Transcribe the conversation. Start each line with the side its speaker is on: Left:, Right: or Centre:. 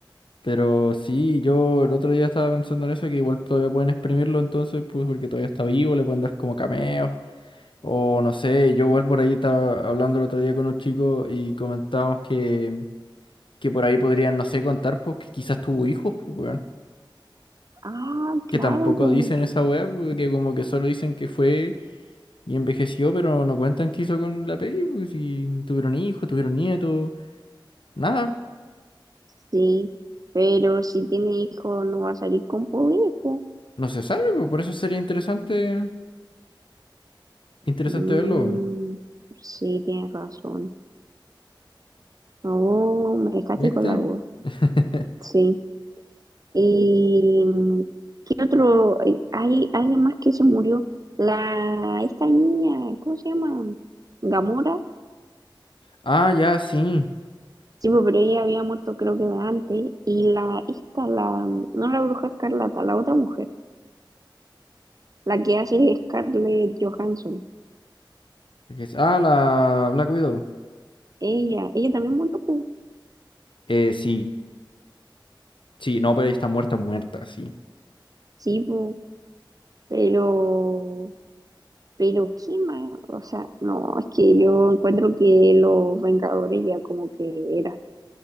Left: Pero sí, yo el otro día estaba pensando en eso, que igual todavía pueden exprimirlo entonces, pues porque todavía está vivo, le pueden dar como cameos, o no sé, yo igual por ahí estaba hablando el otro día con un chico y comentábamos que, que por ahí podrían, no sé, contar, pues que quizás tuvo hijos, pues weón,
Right: Ah,
Left: que
Right: claro,
Left: tampoco
Right: po.
Left: dicen esa weá, pues, que como que solo dicen que fue y envejeció, pero no cuentan qué hizo con la peli, pues si tuvieron hijos, tuvieron nietos, nada,
Right: Sí, pero si tiene hijo no va a salir con poderes, po.
Left: no se sabe, pues por eso sería interesante, interesante
Right: Mm,
Left: verlo, weón.
Right: sí, tienes razón. Oh, me dejaste
Left: ¿Viste?
Right: con la duda.
Left: <laughs>
Right: Sí. ¿Y mm, qué otro? Hay, hay alguien más que se murió. La, esta niña, ¿cómo se llama? Gamora.
Left: Ah, ya, sí.
Right: Sí, pues, pero ella había muerto creo que de antes. Y la, esta, la, no la bruja escarlata, la otra mujer, la que hace Scarlett Johansson.
Left: Aquí es- Ah, la Black Widow.
Right: Ella, ella también murió, pues.
Left: Eh, sí. Sí, no, pero ella está muerta, muerta, sí.
Right: Sí, pues, pero, pero, ¿qué más? O sea, no, es que yo encuentro que los Vengadores ya como que eran.